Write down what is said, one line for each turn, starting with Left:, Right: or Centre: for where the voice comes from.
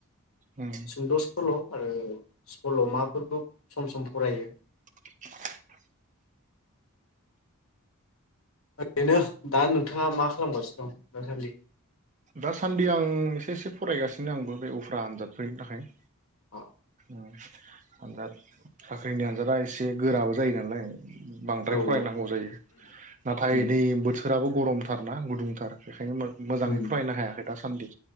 Right: उम
Left: सुंद' सल' आरो स्कल'मा फोरबो सम सम फरायो।
Right: <inaudible>
Left: ओरैनो दा नोंथाङा मा खालामगासिनो दं दासान्दि?
Right: दासान्दि आं एसे एसे फरायगासिनो आंबो बे उफ्रा आनजादफोरनि थाखाय।
Left: अ
Right: ओ आजाद साख्रिनि आनजादा एसे गोराबो जायो नालाय बांद्राय
Left: औ
Right: फरायनांगौ जायो नाथाय
Left: उम
Right: दै बोथ थोराबो गरमथारना गुदुंथार बेखायनो मो मोजाङै
Left: उम
Right: हायाखै दासान्दि